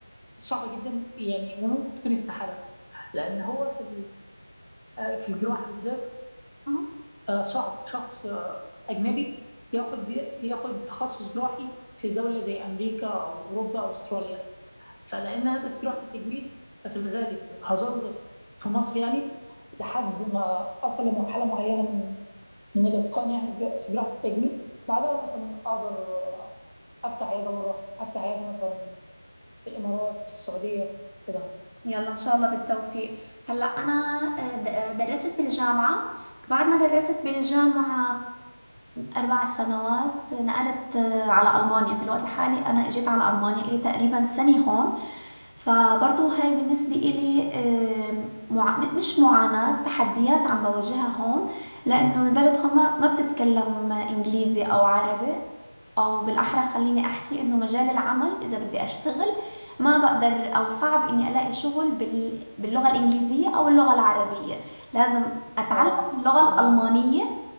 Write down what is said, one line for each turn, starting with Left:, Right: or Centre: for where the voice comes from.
Left: صعبه جدا يعني وممكن تكون استحاله لان هو في في الجراحه بالذات
Right: حالك
Left: آه، صعب شخص آه، اجنبي ياخد ياخد تخصص جراحي في دوله زي امريكا او اوروبا او استراليا فلان هدف جراحه التجميل ففي الغالب هظل في مصر يعني لحد ما اصل لمرحله معينه من من الاتقان يعني في جراحه التجميل بعدها مثلا اقدر آه، افتح عياده بره افتح عياده مثلا في الامارات في السعوديه كده
Right: يلا ان شاء الله بالتوفيق هلا انا آه، د- آه، درست بالجامعه وبعد ما درست بالجامعه اربع سنوات نقلت آه، على المانيا في الوقت الحالي انا اجيت على المانيا الي تقريبا سنه هون فبرضو هاي بالنسبه الي آه، مع... م- مش معاناه تحديات عم بواجهها هون لانه البلد هون ما ما بتتكلم انجليزي او عربي او بالاحرى خليني احكي انه مجال العمل اذا بدي اشتغل ما بقدر او صعب اني الاقي شغل بال... باللغة الانجليزية او اللغة العربية لازم اتعلم
Left: طبعا
Right: اللغة الالمانية
Left: تمام